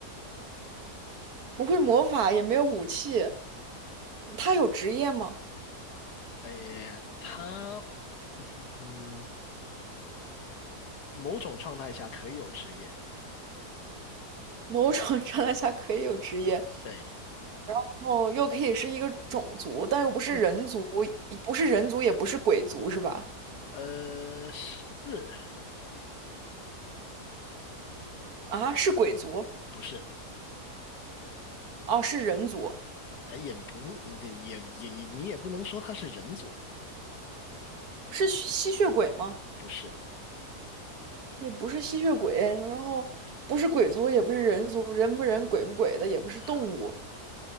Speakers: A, on the right; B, on the left.
A: 不会魔法，也没有武器。他有职业吗？
B: 哎，他，嗯，某种状态下可以有职业，
A: 某种状态下可以有职业，然
B: 对。
A: 后又可以是一个种族，但又不是人族，
B: 嗯。
A: 不是人族，也不是鬼族，是吧？
B: 呃，是
A: 啊，是鬼族，
B: 不是？
A: 哦，是人族，
B: 呃，也不，嗯也也也，你也不能说他是人族，
A: 是吸吸血鬼吗？
B: 不是
A: 也不是吸血鬼，然后不是鬼族，也不是人族，人不人，鬼不鬼的，也不是动物，
B: 啊，